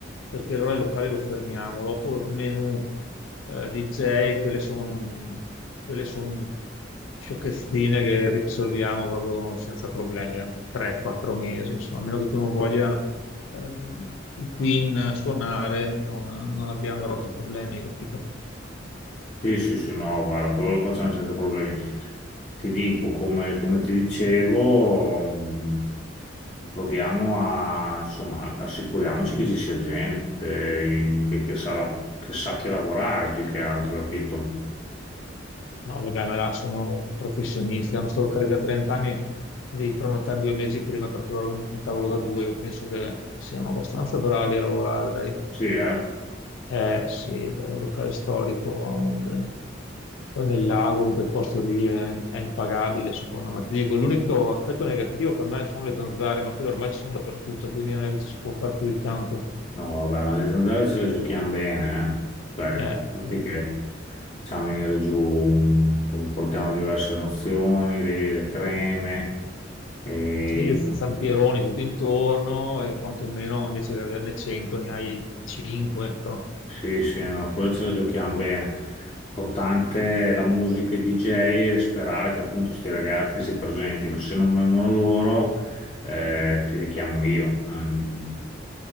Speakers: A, on the left; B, on the left.
A: perché allora il locale lo fermiamo. Dopo il menù, eh, DJ, quelle sono quelle son sciocchezzine che risolviamo proprio senza problemi, 3-4 mesi, insomma, a meno che tu non voglia eh, i Queen suonare, non, non abbiamo grossi problemi, capito?
B: Sì, sì, sì, no, guarda, quello lo facciamo senza problemi. Ti dico, come, come ti dicevo, mh, proviamo a, insomma, assicuriamoci che ci sia gente in- che, che sa la- che sappia lavorare più che altro, capito?
A: No, vabbè, ma là sono professionisti, hanno sta locale da 30 anni, devi prenotare due mesi prima per trovare un, un tavolo da due. Io penso che siano abbastanza bravi a lavorare, dai.
B: Sì, eh?
A: Eh sì, è un locale storico, eh, poi nel lago, in quel posto lì è, è impagabile, secondo me. Ti dico, l'unico aspetto negativo per me sono le zanzare, ma quelle ormai ci sono dappertutto, quindi non è che ci si può fare più di tanto.
B: No, vabbè, ma le zanzare ce le giochiamo bene, eh? Cioè, ricordati
A: Eh, eh,
B: che facciamo venire giù, un- insomma, portiamo diverse nozioni, le, le creme, e...
A: Sì, zampironi tutto intorno e quantomeno invece di averne 100 ne hai 5.
B: Sì, sì, no, quello ce la giochiamo bene. Importante è la musica e i DJ e sperare che appunto questi ragazzi si presentino. Se non vengono loro, eh, ti richiamo io. Ehm,